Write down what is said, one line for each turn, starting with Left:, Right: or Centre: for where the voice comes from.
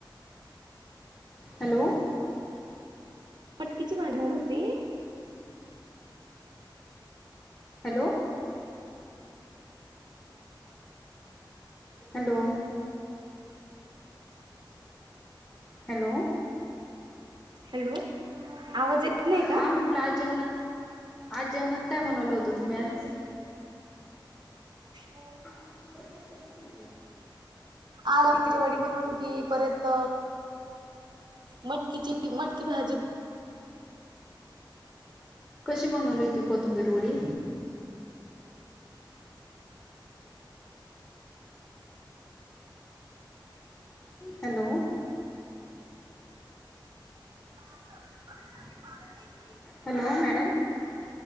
Left: हॅलो
Right: मटकी ची भाजी होती
Left: हॅलो हॅलो हॅलो
Right: हॅलो आवाज येत नाही का
Left: हा म्हटलं आज जेवणात आज जेवणात काय बनवल होतं तुम्ही आज?
Right: हो
Left: <inaudible>
Right: आज आळवडी बनवली होती परत मटकीची मटकी भाजी
Left: कशी बनवली होती कोथंबीर वाडी? Hello
Right: <inaudible>
Left: hello madam.